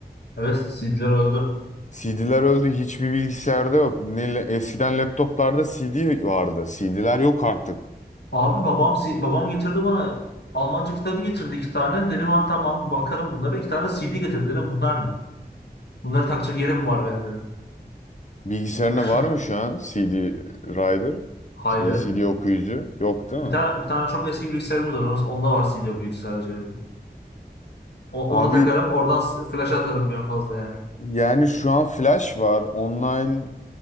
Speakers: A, on the left (about 90°); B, on the left (about 45°).
A: Evet, CD'ler öldü.
B: CD'ler öldü. Hiçbir bilgisayarda yok. Ne, le- eskiden laptoplarda CD vardı. CD'ler yok artık.
A: Abi babam C- babam getirdi bana Almanca kitabı getirdi iki tane. Dedim ha tamam bakarım bunlara. İki tane CD getirdi dedim. Bunlar ne? Bunları takacak yerim mi var benim dedim.
B: Bilgisayarına
A: <laughs>
B: var mı şu an CD Rider?
A: Hayır.
B: E, CD okuyucu? Yok değil
A: Bir
B: mi?
A: tane, bir tane çok eski bilgisayarımız var. Onun- Onda var CD o bilgisayarcı. O-
B: Abi
A: Ona takarım. Oradan s- flash atarım en fazla yani.
B: yani şu an Flash var. Online